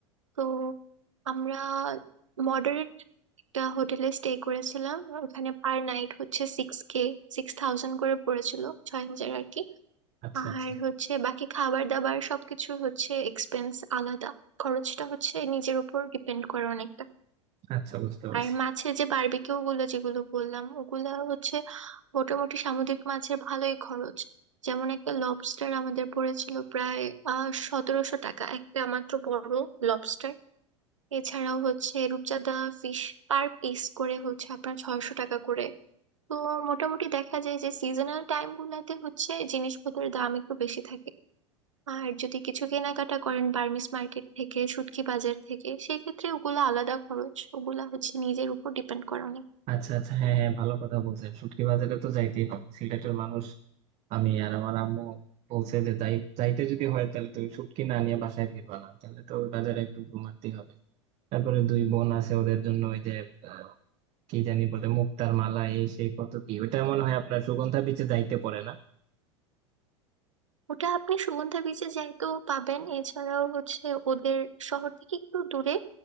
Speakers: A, on the right; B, on the right.
A: তো আমরা মডারেট একটা হোটেলে স্টে করেছিলাম ওখানে পার নাইট হচ্ছে সিক্স কে সিক্স থাউজেন্ড করে পড়েছিল ছয় হাজার আর কি
B: আচ্ছা
A: আর
B: আচ্ছা
A: হচ্ছে বাকি খাবার দাবার সবকিছুর হচ্ছে এক্সপেন্স আলাদা খরচটা হচ্ছে নিজের উপর ডিপেন্ড করে অনেকটা
B: আচ্ছা বুঝতে পারছি
A: আর মাছের যে বারবিকিউ গুলো যেগুলো বললাম ওগুলো হচ্ছে মোটামুটি সামুদ্রিক মাছের ভালোই খরচ যেমন একটা লবস্টার আমাদের পড়েছিল প্রায় আহ সতেরোশো টাকা একটা মাত্র বড় লবস্টার এছাড়াও হচ্ছে রূপচাঁদা ফিশ পার পিস করে হচ্ছে আপনার ছয়শো টাকা করে তো মোটামুটি দেখা যায় যে সিজনাল টাইম গুলাতে হচ্ছে জিনিসপত্রের দাম একটু বেশি থাকে আর যদি কিছু কেনাকাটা করেন বার্মিস মার্কেট থেকে শুটকি বাজার থেকে সেক্ষেত্রে ওগুলা আলাদা খরচ ওগুলা হচ্ছে নিজের উপর ডিপেন্ড করে অনেক
B: আচ্ছা আচ্ছা হ্যাঁ হ্যাঁ ভালো কথা বলছেন শুটকি বাজারে তো যাইতেই হবে সিলেটের মানুষ আমি আর আমার আম্মু বলছে যে যাই যাইতে যদি হয় তাহলে তুমি শুটকি না নিয়ে বাসায় ফিরবা না তাহলে তো ওই বাজারে একটু ঘুমাতেই হবে তারপরে দুই বোন আছে ওদের জন্য ওই যে আহ, কি জানি বলে মুক্তার মালা এই সেই কত কি ওটা মনে হয় আপনার সুগন্ধা বিচে যাইতে পারে না
A: ওটা আপনি সুগন্ধা বিচে যাইতেও পাবেন এছাড়াও হচ্ছে ওদের শহর থেকে একটু দূরে